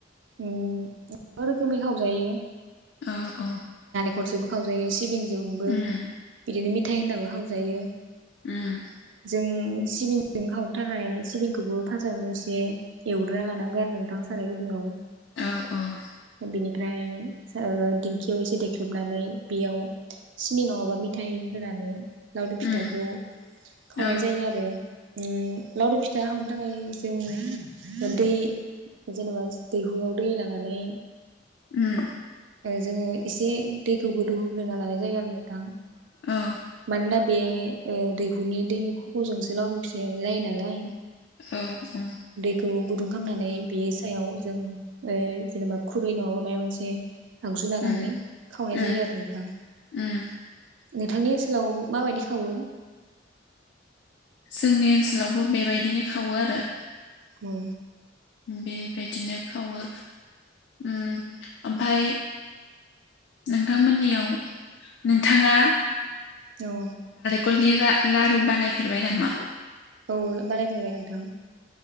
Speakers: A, on the right; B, on the left.
A: ओम गोबां रोखोमै खावजायो।
B: औ औ
A: गरसेबो खावजायो एसे जेरै जोंबो
B: उम
A: बिदिनो <unintelligible>
B: उम
A: जों सिबिंजों सावनो थाखाय सिबिंखौबो फास्स्टावनो एसे एवग्रोना लानांगौ आरो नोंथां साराय गुदुंआव
B: औ औ
A: बिनिफ्राय ओ दिंखियाव एसे देख्रेबनानै बेयाव सिनि नङाबा मिथाइ होनानै लावदुम
B: उम
A: फिथाखौ सावनाय
B: औ
A: जायो उम लावदुम फिथा बेनि थाखाय जों दै जेनोबा दैहुआव दै लानानै।
B: उम
A: जों। एसे दैखौ गोदौ होग्रोना लानाय जायो आरो नोंथां
B: औ
A: मानोना बे ओ दैहुनि दैनि खफ'जोंसो लावदुम फिथाया जायो नालाय
B: औ ओम।
A: थ गुदुं खालामनानै बे सायाव जों ओ जेनोबा खुरै नङाबा माइबा मोनसे आगजु लानानै
B: उम
A: सावनाय जायो
B: उम
A: आरो थां
B: उम
A: नोंथांनि ओनसोलाव माबायदि सावो
B: जोंनि ओनसोलावबो बेबायदि बिदिनो सावो आरो।
A: औ
B: बेबायदिनो खावो ओम आमफाय नोंथांमोननियाव नोंथाङा
A: औ
B: खरनि रा‌- लारु बानायफेरबाय नामा?
A: औ बानाय फेरबाय नोंथां